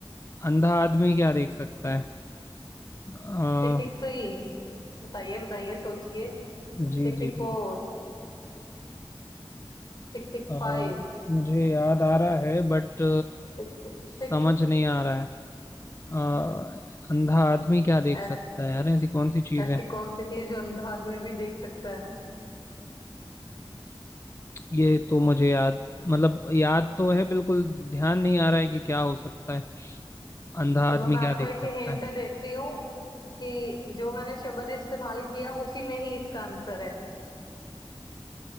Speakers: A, on the left (about 30°); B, on the left (about 50°).
A: अंधा आदमी क्या देख सकता है आ,
B: Tick tick three बताइए बताइए सोचिए
A: जी
B: Tick tick
A: जी
B: four
A: जी
B: Tick tick
A: आ,
B: five
A: मुझे याद आ रहा है बट
B: Tick tick
A: समझ
B: tick
A: नहीं आ रहा है आ, अंधा आदमी क्या देख
B: ऐस,
A: सकता है यार ऐसी कौन सी चीज़
B: ऐसी
A: है
B: कौन सी चीज जो अंधा आदमी भी देख सकता है
A: ये तो मुझे याद मतलब याद तो है बिल्कुल ध्यान नहीं आ रहा है कि क्या हो सकता है अंधा
B: चलो
A: आदमी
B: मैं
A: क्या
B: आपको
A: देख
B: एक
A: सकता
B: हिंट
A: है
B: देती हूँ कि जो मैंने शब्द इस्तेमाल किया उसी में ही इसका आंसर है